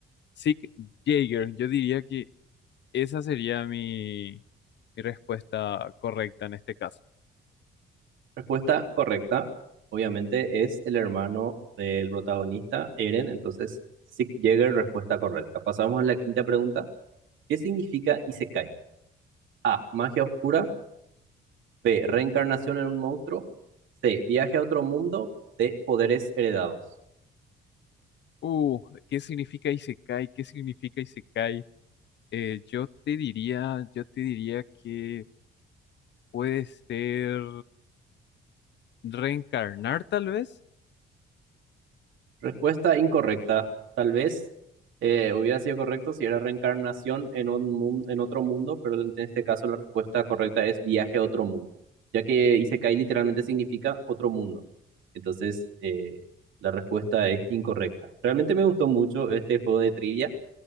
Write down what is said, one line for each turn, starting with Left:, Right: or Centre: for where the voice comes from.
Left: Sig Jaeger. Yo diría que esa sería mi, mi respuesta correcta en este caso.
Right: Respuesta correcta, obviamente, es el hermano del protagonista, Eren. Entonces, Sieg Jäger, respuesta correcta. Pasamos a la quinta pregunta. ¿Qué significa Isekai? A. Magia oscura. B. Reencarnación en un monstruo. C. Viaje a otro mundo. D. Poderes heredados.
Left: Uh, ¿qué significa Isekai? ¿Qué significa Isekai? Eh, yo te diría, yo te diría que puede ser reencarnar tal vez.
Right: Respuesta incorrecta. Tal vez eh, hubiera sido correcto si era reencarnación en un mun- en otro mundo, pero en este caso la respuesta correcta es viaje a otro mundo, ya que Isekai literalmente significa otro mundo. Entonces, eh, la respuesta es incorrecta. Realmente me gustó mucho este juego de trivia,